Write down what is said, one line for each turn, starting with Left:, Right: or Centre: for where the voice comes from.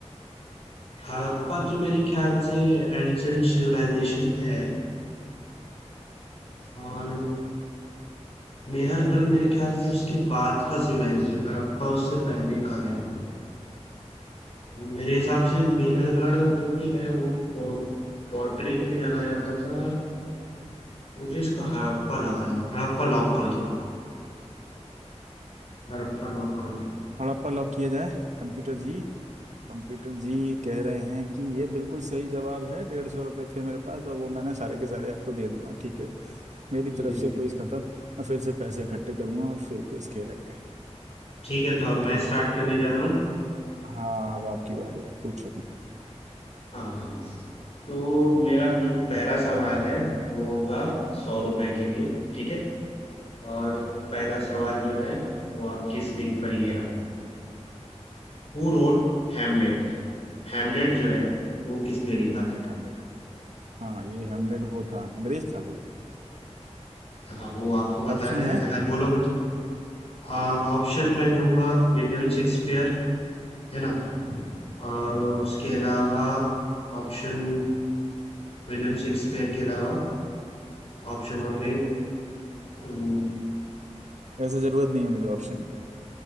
Left: हड़प्पा तो मेरे ख्याल से एंशियंट सिविलाइजेशन है और मेहरगढ़ मेरे ख्याल से उसके बाद का सिविलाइजेशन हड़प्पा उससे पहले का है मेरे हिसाब से मेहरगढ़ जो कि है वो पॉटरी के लिए जाना जाता था मुझे इसका हड़प्पा लग रहा है हड़प्पा लॉक कर दो हड़प्पा लॉक कर दो
Right: हड़प्पा लॉक किया जाए कंप्यूटर जी कंप्यूटर जी कह रहे हैं कि ये बिल्कुल सही जवाब है डेढ़ सौ रुपये थे मेरे पास और वो मैंने सारे के सारे आपको दे दूंगा ठीक है मेरी
Left: ठीक
Right: तरफ
Left: है
Right: से क्विज खत्म मैं फिर से पैसे इकट्ठे करूंगा और फिर क्विज खेलेंगे
Left: ठीक है तो अब
Right: ठीक
Left: मैं
Right: है
Left: स्टार्ट करने जा रहा हूँ
Right: हाँ अब आपकी बारी है पूछो
Left: हाँ तो मेरा जो पहला सवाल है वो होगा सौ रुपए के लिए ठीक है और पहला सवाल जो है वो आपकी स्क्रीन पर ये रहा Who wrote Hamlet हेमलेट जो है वो किसने लिखा
Right: बैठा बैठा हाँ ये हेमलेट वो था अंग्रेज था कोई
Left: था हाँ वो आपको बताना
Right: ऑप्शन
Left: है
Right: है
Left: अगर बोलोगे तो हाँ ऑप्शन मैं दूंगा विलियम शेक्सपियर है ना और उसके अलावा ऑप्शन विलियम शेक्सपियर के अलावा ऑप्शन होंगे हम्म,
Right: वैसे जरूरत नहीं है मुझे ऑप्शन की